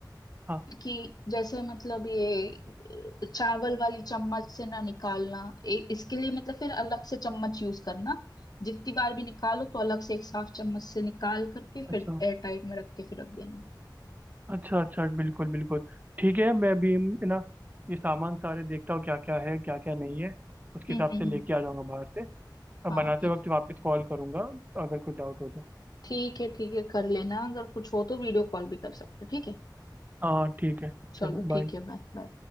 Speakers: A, on the right; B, on the left.
A: हाँ
B: कि जैसे मतलब ये अ, चावल वाली चम्मच से ना निकालना ए, इसके लिए मतलब फिर अलग से चम्मच यूज करना जितनी बार भी निकालो तो अलग से एक साफ चम्मच से निकाल करके फिर
A: अच्छा
B: एयर टाइट में रख के फिर रख देना
A: अच्छा अच्छा बिल्कुल बिल्कुल ठीक है मैं अभी है ना ये सामान सारे देखता हूँ क्या क्या है क्या क्या नहीं है उसके
B: हम्म
A: हिसाब
B: हम्म
A: से लेके
B: हम्म
A: आ जाऊंगा बाहर से अब
B: हाँ
A: बनाते
B: ठीक
A: वक्त वापस कॉल करूंगा अगर कुछ डाउट हो तो
B: ठीक है ठीक है कर लेना अगर कुछ हो तो वीडियो कॉल भी कर सकते हो, ठीक है
A: हाँ ठीक है
B: चलो
A: चलो
B: ठीक
A: बाय
B: है बाय बाय